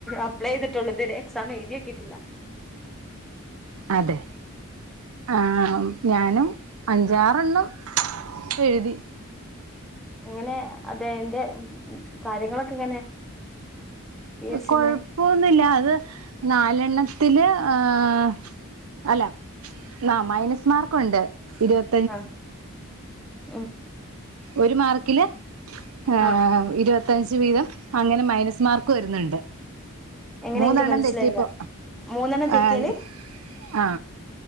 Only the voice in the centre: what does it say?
അപ്ലൈ ചെയ്തിട്ടുള്ളു ഇത് വെരെ എക്സാം എഴതി നോക്കിട്ടില്ല
എങ്ങനെ അതെന്റെ കാര്യങ്ങളൊക്കെ എങ്ങനെ പി എസ്
സിന്റെ
ആ ഉം
ആ
എങ്ങനെ
എനിക്ക് മനസ്സിലായില്ല
മൂന്നെണ്ണം തെറ്റിയാല്